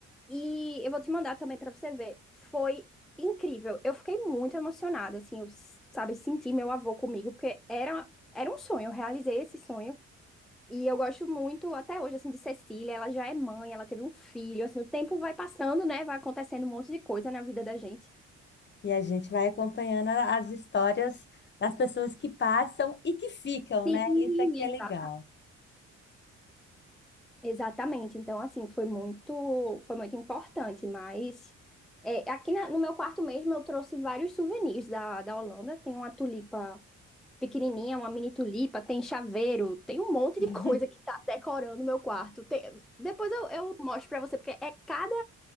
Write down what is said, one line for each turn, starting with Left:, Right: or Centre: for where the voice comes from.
Centre: e eu vou te mandar também para você ver. Foi incrível. Eu fiquei muito emocionada, assim, eu, sabe, senti meu avô comigo, porque era era um sonho, eu realizei esse sonho. E eu gosto muito, até hoje, assim, de Cecília. Ela já é mãe, ela teve um filho. Assim, o tempo vai passando, né? Vai acontecendo um monte de coisa na vida da gente.
Left: E a gente vai acompanhando a- as histórias das pessoas que passam e que ficam,
Centre: Sim,
Left: né? Isso aqui
Centre: exata.
Left: é legal.
Centre: Exatamente. Então, assim, foi muito, foi muito importante. Mas é, aqui na- no meu quarto mesmo, eu trouxe vários souvenirs da, da Holanda. Tem uma tulipa pequenininha, uma mini tulipa, tem chaveiro, tem um monte
Left: <laughs>
Centre: de coisa que tá decorando o meu quarto. Tem- Depois eu, eu mostro pra você, porque é cada,